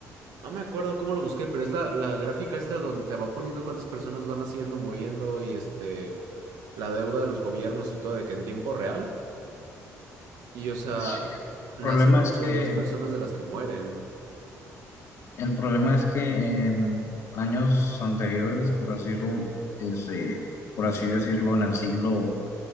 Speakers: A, on the right (about 85°); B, on the left (about 50°).
A: No me acuerdo cómo lo busqué, pero es la, la gráfica esta donde te va poniendo cuántas personas van haciendo, muriendo y este, la deuda de los gobiernos y todo, de que en tiempo real. Y o sea,
B: Sí, el
A: nacen
B: problema
A: muchas
B: es que
A: más personas de las que mueren.
B: El problema es que en años anteriores, por decirlo, este, por así decirlo, en el siglo